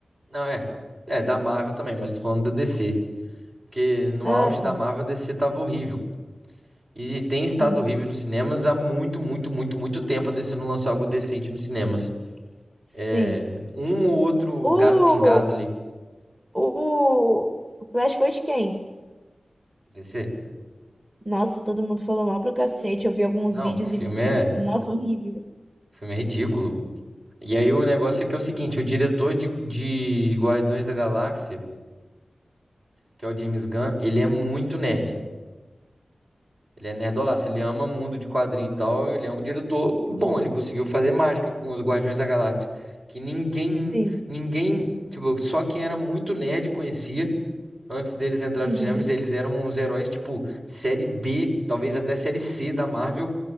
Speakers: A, on the right; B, on the right.
A: não é, é da Marvel também, mas tô falando da DC, porque no
B: Ah,
A: auge da
B: tá.
A: Marvel a DC tava horrível. E tem estado
B: Hum,
A: horrível nos cinemas há muito, muito, muito, muito tempo. A DC não lançou algo decente nos cinemas.
B: Sim.
A: É, um ou outro
B: O,
A: gato pingado ali.
B: o Flash foi de quem?
A: DC.
B: Nossa, todo mundo falou mal pra cacete. Eu vi alguns
A: Não,
B: vídeos
A: o filme
B: e. e-
A: é, o
B: Nossa, horrível.
A: filme é ridículo. E aí o negócio é que é o seguinte: o diretor de, de Guardiões da Galáxia, que é o James Gunn, ele é muito nerd. Ele é nerdolaço, ele ama mundo de quadrinho e tal. Ele é um diretor bom, ele conseguiu fazer mágica com os Guardiões da Galáxia. Que ninguém,
B: Sim.
A: ninguém, tipo, só quem era muito nerd conhecia. antes deles entrarem
B: Uhum,
A: nos cinemas, eles eram uns heróis tipo série B, talvez até série C da Marvel,